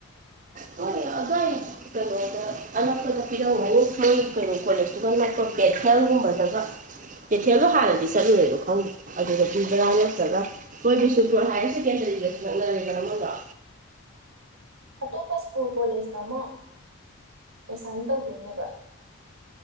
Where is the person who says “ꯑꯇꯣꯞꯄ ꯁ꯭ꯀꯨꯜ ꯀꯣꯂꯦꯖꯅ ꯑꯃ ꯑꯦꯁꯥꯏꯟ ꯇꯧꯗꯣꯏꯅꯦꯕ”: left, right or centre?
Right